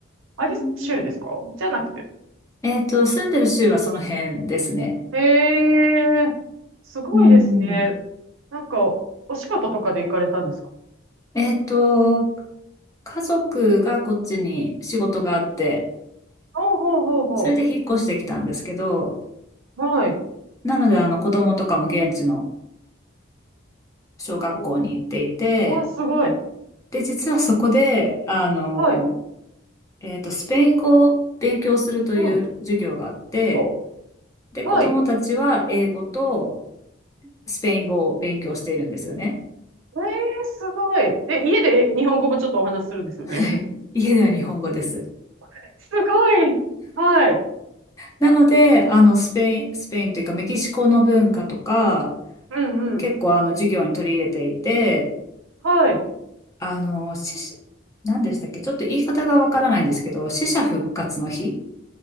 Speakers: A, on the right (about 80°); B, on the left (about 15°).
A: アリゾナ州ですかじゃなくて。
B: うん。えっと、住んでる州はその辺ですね。
A: へえ、すごいですね。
B: うん。
A: なんか、お仕事とかで行かれたんですか
B: えっと、家族がこっちに仕事があって、
A: ほうほうほうほ
B: それで引っ越してきたんですけど、
A: う。はい。
B: なので、あの、子供とかも現地の小学校に行っていて、
A: おう、うわ、すごい。
B: で、実はそこで、あの、
A: はい。
B: えっと、スペイン語を勉強するという授業があって、
A: うん。そ
B: で、
A: う。
B: 子供たちは英語と
A: はい。
B: スペイン語を勉強しているんですよね。
A: えー、すごい。で、家で日本語もちょっとお話しするんですよね。
B: <laughs> はい家では日本語です。
A: <laughs> すごい。はい。
B: なので、あの、スペイン、スペインというかメキシコの文化とか、
A: うんうん。
B: 結構あの、授業に取り入れていて、
A: はい。
B: あの、し、何でしたっけちょっと言い方がわからないんですけど、死者復活の日